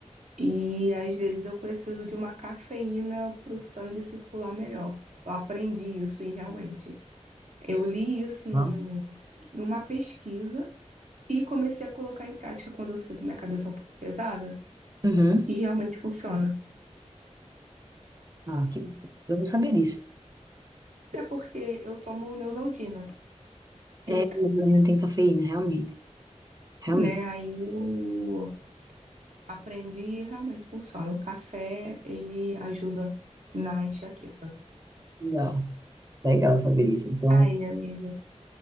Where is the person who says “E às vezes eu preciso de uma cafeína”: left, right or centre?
Right